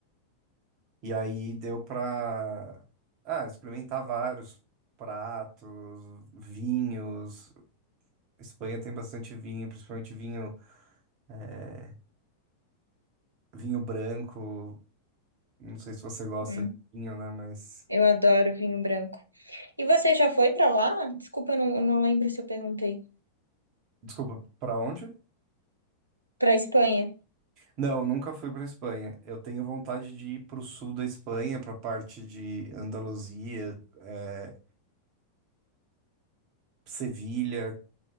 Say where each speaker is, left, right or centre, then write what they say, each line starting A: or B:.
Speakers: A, on the right; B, on the right.
A: E aí deu pra ah, experimentar vários pratos, vinhos. Espanha tem bastante vinho, principalmente vinho, eh, vinho branco. Não sei se você gosta
B: Hum,
A: de vinho, né? Mas
B: eu adoro vinho branco. E você já foi pra lá? Desculpa, eu não, eu não lembro se eu perguntei.
A: desculpa, pra onde?
B: Pra Espanha?
A: Não, nunca fui pra Espanha. Eu tenho vontade de ir pro sul da Espanha, pra parte de Andaluzia, eh, Sevilha.